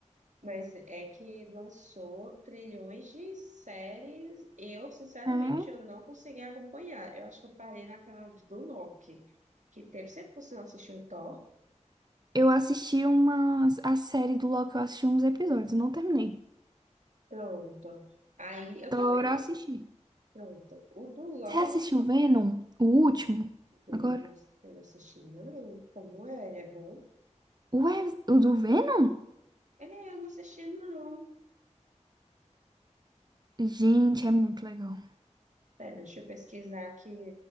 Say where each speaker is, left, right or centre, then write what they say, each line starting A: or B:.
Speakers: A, on the right (about 80°); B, on the right (about 35°).
A: Mas é que lançou trilhões de séries. Eu, sinceramente,
B: É,
A: eu não consegui acompanhar. Eu acho que eu parei naquela do Loki, que teve sempre que você não assistiu o Thor.
B: eu assisti umas, a série do Loki, eu assisti uns episódios, não terminei.
A: Pronto. Aí eu
B: tô
A: também.
B: eu assistir
A: Pronto. O do Loki,
B: Você assistiu Venom? O último?
A: dele,
B: Agora?
A: eu não eu não assisti, não. Como é? Ele é bom?
B: Ué, o do Venom?
A: Ele é, eu não assisti, não.
B: Gente, é muito legal.
A: Pera, deixa eu pesquisar aqui.